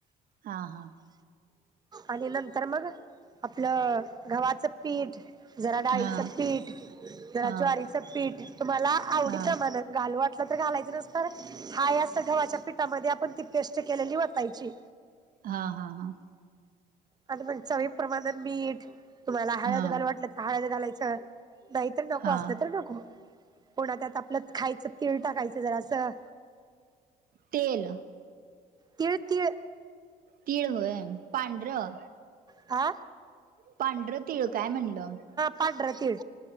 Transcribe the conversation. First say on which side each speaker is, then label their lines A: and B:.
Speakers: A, on the right (about 55°); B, on the right (about 25°).
A: हा हा
B: आणि नंतर मग आपलं गव्हाचं पीठ जरा डाळीचं
A: हा
B: पीठ, जरा
A: हा
B: ज्वारीचं पीठ तुम्हाला आवडी
A: हा
B: प्रमाण घालू वा टलं तर घालायच नसतर हाय असं गव्हाच्या पिठामध्ये आपण ती पेस्ट केलेली वतायची.
A: हा हा हा.
B: आणि मग चवी प्रमाणात मीठ तुम्हाला हळद
A: हा
B: घालू वाटलं तर हळद घालायचं. नाही तर नको
A: हा
B: असलं तर नको पुन्हा त्यात आपलं खायचं तीळ टाकायचं जरासं.
A: तेल
B: तीळतीळ.
A: तीळ होय पांढरं?
B: आ
A: पांढर तिळ काय म्हणलं?
B: पांढर तीळ.